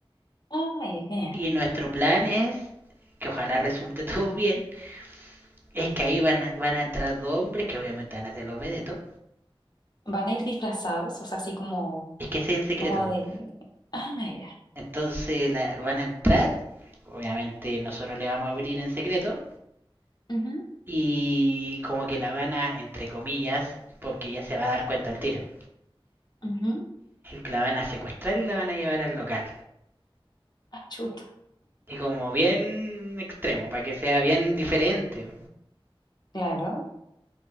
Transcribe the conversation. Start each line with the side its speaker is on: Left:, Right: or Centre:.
Left: Ay, genial.
Right: Y nuestro plan es, que ojalá resulte <laughs> todo bien, es que ahí van a, van a entrar dos hombres que obviamente van a ser los vedetos.
Left: ¿Van a ir disfrazados? O sea, así como
Right: Es que ese es el secreto.
Left: como
Right: po.
Left: de, ah, no, ya,
Right: Entonces la- van a entrar, obviamente nosotros le vamos a abrir en secreto
Left: ujú,
Right: y como que la van a, entre comillas, porque ya se va a dar cuenta al tiro,
Left: ujú,
Right: la van a secuestrar y la van a llevar al local.
Left: ah, chuta,
Right: Y como bien extremo, para que sea bien diferente.
Left: claro,